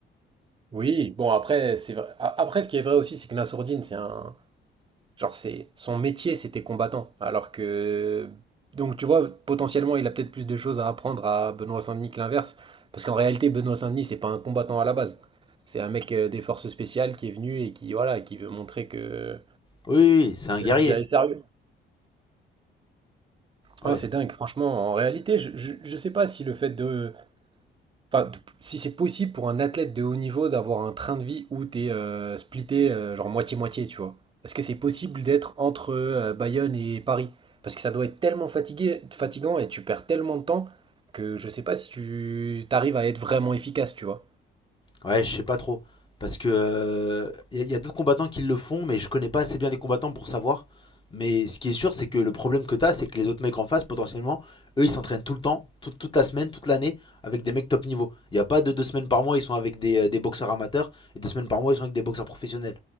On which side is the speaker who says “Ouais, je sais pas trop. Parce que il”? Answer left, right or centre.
Left